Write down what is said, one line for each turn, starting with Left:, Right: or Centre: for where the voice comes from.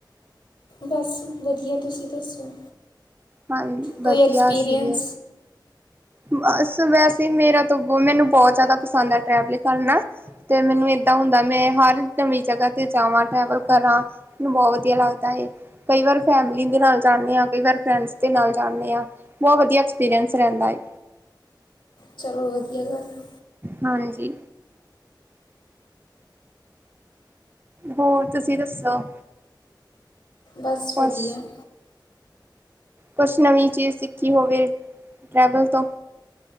Left: ਬਸ ਵਧੀਆ, ਤੁਸੀਂ ਦੱਸੋ?
Right: ਹਾਂ ਵਧੀਆ
Left: ਕੋਈ ਐਕਸਪੀਰੀਅੰਸ।
Right: ਅਸੀਂ ਵੀ ਬਸ ਵੈਸੇ ਮੇਰਾ ਤੋਂ ਮੈਨੂੰ ਬਹੁਤ ਜ਼ਿਆਦਾ ਪਸੰਦ ਐ ਟ੍ਰੈਵਲ ਕਰਨਾ ਤੇ ਮੈਨੂੰ ਏਦਾਂ ਹੁੰਦਾ ਮੈਂ ਹਰ ਨਵੀਂ ਜਗ੍ਹਾ ਤੇ ਜਾਵਾਂ ਟਰੈਵਲ। ਕਰਾਂ ਮੈਨੂੰ ਬਹੁਤ ਵਧੀਆ ਲੱਗਦਾ ਐ ਕਈ ਵਾਰ ਫੈਮਿਲੀ ਦੇ ਨਾਲ ਜਾਣੇ ਆ ਕਈ ਵਾਰ ਫਰੈਂਡਸ ਦੇ ਨਾਲ ਜਾਣੇ ਆ ਬਹੁਤ ਵਧੀਆ ਐਕਸਪੀਰੀਅੰਸ ਰਹਿੰਦਾ ਏ।
Left: ਚਲੋ ਵਧੀਆ ਗੱਲ ਐ।
Right: ਹਾਂਜੀ। ਹੋਰ ਤੁਸੀਂ ਦੱਸੋ?
Left: ਬਸ
Right: ਕੁਛ
Left: ਵਧੀਆ।
Right: ਕੁਛ ਨਵੀਂ ਚੀਜ਼ ਸਿੱਖੀ ਹੋਵੇ ਟਰੈਵਲ ਤੋਂ